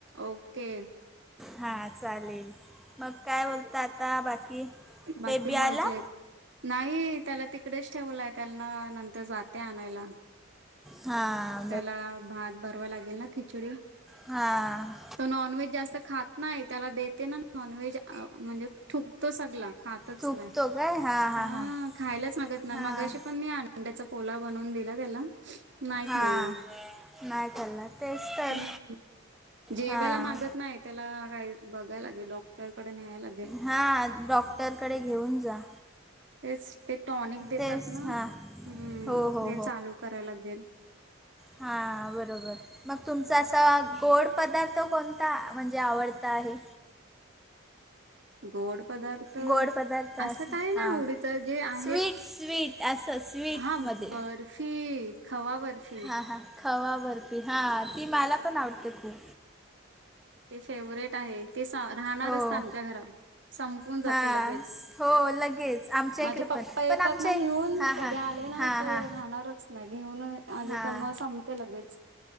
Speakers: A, on the right (about 60°); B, in the centre.
A: ओके.
B: हा चालेल. मग काय बोलता आता बाकी,
A: बाकी
B: बेबी
A: मजेत
B: आला?
A: नाही त्याला तिकडेच ठेवलाय त्यांना, नंतर जाते आणायला.
B: हा.
A: त्याला भात भरवाय लागेल ना, खिचडी.
B: हा.
A: तो नॉन व्हेज जास्त खात नाही, त्याला देते ना नॉन व्हेज म्हणजे थुकतो सगला, खात तच
B: थुकतो
A: नाय.
B: काय हां हां
A: ह
B: हां
A: खायला सांगत ना,
B: हां
A: मगशी पण मी आण त्याचा कोला बनऊन दिला त्याला
B: हां
A: खाल्ला.
B: नाही खाल्ला तेच तर
A: हम्म जेवायला
B: हां
A: मागत नाहीत त्याला काही बघायला लागेल, डॉक्टरकडे न्यायला लागेल.
B: हां डॉक्टरकडे घेऊन जा.
A: तेच ते टॉनिक देतात
B: तेच
A: ना,
B: हां
A: हम्म
B: हो हो
A: ते चालू कराय लागेल.
B: हा बरोबर. मग तुमचा असा, गोड पदार्थ कोणता म्हणजे आवडता आहे?
A: गोड पदार्थ
B: गोड पदार्थ असा
A: असं काय ना
B: हा,
A: आवडीच जे आहेत
B: स्वीट स्वीट. आसं स्वीटमध्ये,
A: हा बर्फी खवा बर्फी
B: हां हां. खवा बर्फी, हा ती मला पण आवडते खूप.
A: ते फेवरेट आहे, ते राहणारच
B: हो
A: ना आमच्या घरात. संपून जाते
B: हां
A: लगेच
B: हो लगेच आमच्या
A: माझे
B: इकडं
A: पप्पा
B: पण
A: येतात
B: पण आमच्या
A: ना घेऊन
B: हां
A: कधी
B: हां
A: आले ना
B: हां
A: का
B: हां
A: राहणारच ना घेऊन आले
B: हां
A: त्यांना सांगते लगेच.